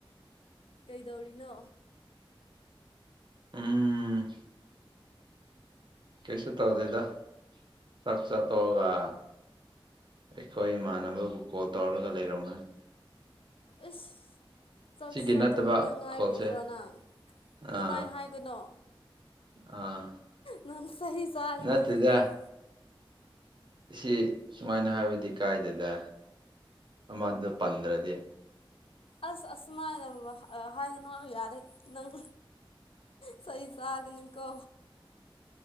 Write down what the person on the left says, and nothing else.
ꯀꯩꯗꯧꯔꯤꯅꯣ
ꯑꯁ ꯆꯥꯛ
ꯆꯥ
ꯇꯣꯛꯄꯇ ꯉꯥꯏꯔꯤꯕ꯭ꯔꯣ
ꯅꯪ
ꯑꯗꯨꯃꯥꯏ ꯍꯥꯏꯒꯅꯣ
ꯅꯪ ꯆꯩ ꯆꯥꯒꯅꯤꯗꯀꯣ
<unintelligible>
ꯑꯁ ꯑꯁꯨꯃꯥꯏꯅ ꯍꯥꯏꯒꯅꯣ ꯌꯥꯗꯦ ꯅꯪ ꯆꯩ ꯆꯥꯒꯅꯤꯀꯣ